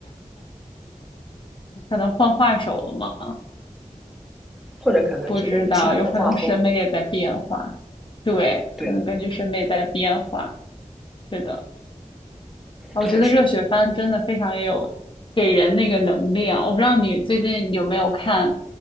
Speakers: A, on the left; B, in the centre.
A: 可能换画手了吗？
B: 或者可能是根据现在的画风，
A: 不知道，有可能审美也在变化。对，
B: 对的，
A: 可能根据审美在变化。是的。我觉得热血番真的非常也有给人那个能力啊！
B: 确实
A: 我不知道你最近有没有看，